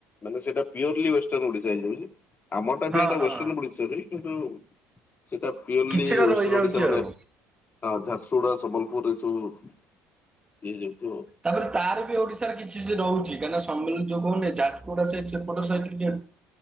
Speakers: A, on the left; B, on the right.
A: ମାନେ ସେଇଟା ପିଓରଲି ୱଷ୍ଟର୍ଣ ଓଡିଶା ହେଇଯାଉଛି ଆମଟା
B: ହଁ
A: ବି ଏଟା
B: ହଁ
A: ୱେଷ୍ଟର୍ଣ ଓଡିଶା ରେ କିନ୍ତୁ ସେଇଟା ପିଓରଲି
B: କିଛିଟା
A: ୱେଷ୍ଟର୍ଣ୍ଣ
B: ରହିଯାଉଛି
A: ଓଡିଶା ମାନେ
B: ଆଉ।
A: ହ ଝାରସୁଗୁଡ଼ା ସମ୍ବଲପୁର ଏ ସବୁ ଏ ଯେଉ ତ
B: ତାପରେ ତାର ବି ଓଡିଶାରେ କିଛି ସେ ରହୁଛି କାହିଁନା ସମଳ ଯୋ କହୁନେ <unintelligible> ଝାଟୁଡା ସେ ସେପଡ <unintelligible> ଖିଚିଙ୍ଗ୍